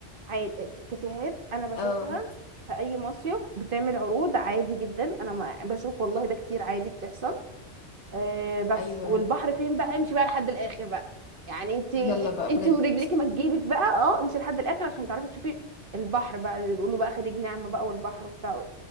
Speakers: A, on the right; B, on the left.
A: عادي كافيهات انا بشوفها
B: اه
A: في اي مصيف بتعمل عروض عادي جدا انا ما بشوف والله ده كتير عادي بتحصل أه بس
B: ايوه
A: والبحر فين بقى امشي بقى لحد الاخر بقى يعني انت
B: يلا بقى
A: انت
B: بجد
A: ورجلك ما تجيبك بقى اه امشي لحد الاخر عشان تعرفي تشوفي البحر بقى اللي بيقولوا بقى خليج نعمة بقى والبحر وبتاع